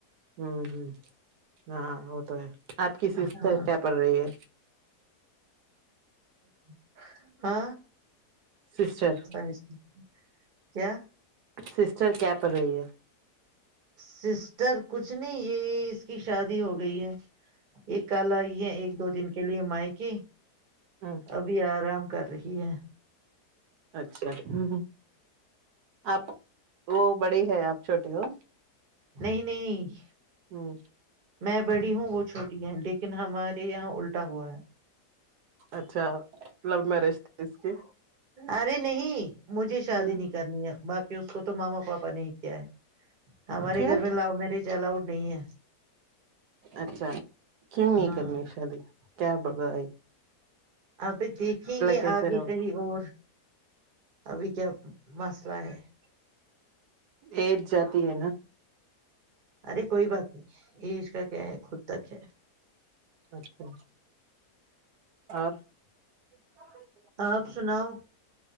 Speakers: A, on the right; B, on the right.
A: ہوں ہوں ہاں وہ تو ہے آپ کی سسٹر
B: ہاں
A: کیا پڑھ رہی ہے
B: ہ <inaudible> ہاں
A: سسٹر
B: م <inaudible> کیا
A: سسٹر کیا پڈھ رہی ہے
B: سسٹر کچھ نہیں یہ اس کی شادی ہو گئی ہے یہ کل آئی ہے ایک دو دن کے لیے میکے
A: ہ
B: ابھی آرام کر رہی ہے
A: اچھا ہ ہ آپ وہ بڑی ہے آپ چھوٹے ہو
B: نہیں نہیں
A: ہ
B: میں بڑی ہوں وہ چھوٹی ہے لیکن ہمارے یہاں الٹا الٹا ہوا ہے
A: اچھا لو میرج تھی اس کی
B: ارے نہیں مجھے شادی
A: ہ
B: نہیں کرنی ہے باقی اس کو اس کو تو ماما پاپا نے ہی کیا ہے ہمارے
A: کیوں
B: گھر میں لو میرج الاؤڈ نہیں ہے
A: اچھا کیوں نہیں
B: ہاں
A: کرنی شادی کیا برای ہے
B: اپ بھی دیکھیں گے
A: کیسے
B: آگے
A: رہو
B: کہیں اور ابھی کیا مسئلہ ہے <inaudible>
A: ایج جاتی ہے نا
B: ارے کوئی بات نہیں ایج کا کیا ہے خود تک ہے
A: اچھا اور <inaudible>
B: آپ سناؤ